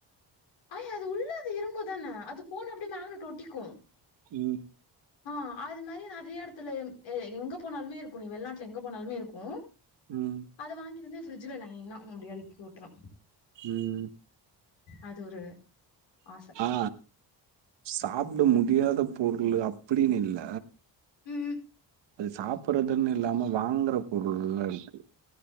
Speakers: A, on the left; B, on the right.
A: அய் அது உள்ள அது இரும்புதான அது போன அப்டே மேக்னெட்டு ஒட்டிக்கு.
B: ம்.
A: ஆ அது மாரி நறைய எடத்துல ம் எ எங்க போனாலுமே இருக்கு நீ வெள்நாட்ல எங்க போனாலுமே இருக்கு.
B: ம்.
A: அத வாங்கிட்டு வந்து ஃபிரிட்ஜில லைனா அப்டி அடிக்கி வூட்ரூ
B: ம்
A: அது ஒரு ஆச
B: ஆ சாப்ட முடியாதப் பொருளு அப்டினு இல்ல
A: ம்
B: அது சாப்பறதுன்னு இல்லாம வாங்கறப் பொருள்ல இருக்கு